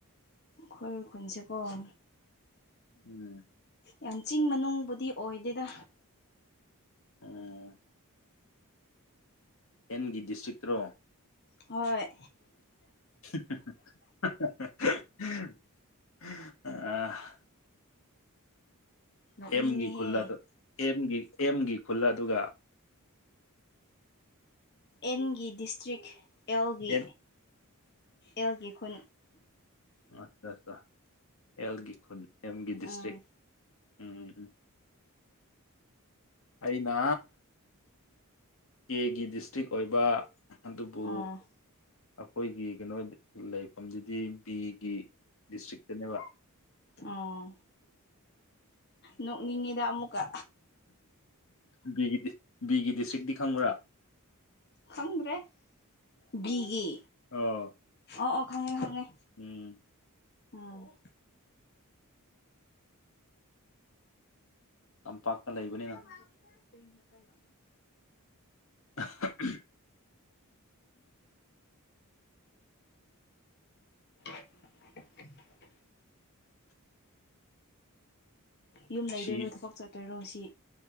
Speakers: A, on the left; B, on the left.
A: ꯑꯈꯣꯏ ꯈꯨꯟꯁꯦꯀꯣ ꯎ
B: ꯎꯝ
A: ꯌꯥꯝ ꯆꯤꯡ ꯃꯅꯨꯡꯕꯨꯗꯤ ꯑꯣꯏꯗꯦꯗ
B: ꯎꯝ ꯑꯦꯟꯒꯤ ꯗꯤꯁꯇ꯭ꯔꯤꯛꯇ꯭ꯔꯣ
A: ꯍꯣꯏ
B: <unintelligible>
A: ꯅꯣꯛꯅꯤꯡꯉꯤꯍꯦ
B: ꯑꯦꯝꯒꯤ ꯈꯨꯜꯂ ꯑꯗꯨ ꯑꯦꯝꯒꯤ ꯑꯦꯝꯒꯤ ꯈꯨꯜꯂ ꯑꯗꯨꯒ
A: ꯑꯦꯟꯒꯤ ꯗꯤꯁꯇ꯭ꯔꯤꯛ ꯑꯦꯜꯒꯤ
B: ꯑꯦꯟ
A: ꯑꯦꯜꯒꯤ ꯈꯨꯟ
B: ꯑꯠꯆꯆꯥ ꯑꯦꯜꯒꯤ ꯈꯨꯟ ꯑꯜꯒꯤ ꯗꯤꯁꯇ꯭ꯔꯤꯛ
A: ꯎꯝ
B: ꯎꯝ ꯑꯩꯅ ꯀꯦꯒꯤ ꯗꯤꯁꯇ꯭ꯔꯤꯛ ꯑꯣꯏꯕ ꯑꯗꯨꯕꯨ
A: ꯑꯣ
B: ꯑꯩꯈꯣꯏꯒꯤ ꯀꯩꯅꯣ ꯂꯩꯐꯝꯗꯨꯗꯤ ꯕꯤꯒꯤ ꯗꯤꯁꯇ꯭ꯔꯤꯛꯇꯅꯦꯕ
A: ꯎꯝ ꯅꯣꯛꯅꯤꯡꯉꯤꯗ ꯑꯃꯨꯛꯀ
B: ꯕꯤ ꯕꯤꯒꯤ ꯗꯤꯁꯇ꯭ꯔꯤꯛꯇꯤ ꯈꯪꯕ꯭ꯔꯥ
A: ꯈꯪꯗ꯭ꯔꯦ ꯕꯤꯒꯤ
B: ꯑꯣ
A: ꯑꯣ ꯑꯣ ꯈꯪꯉꯦ ꯈꯪꯉꯦ
B: ꯎꯝ
A: ꯎꯝ
B: ꯇꯝꯄꯥꯛꯇ ꯂꯩꯕꯅꯦ
A: <inaudible>
B: <inaudible>
A: <inaudible> ꯌꯨꯝ ꯂꯩꯗꯣꯏꯔꯣ
B: ꯁꯤ
A: ꯊꯕꯛ ꯆꯠꯇꯣꯏꯔꯣ ꯉꯁꯤ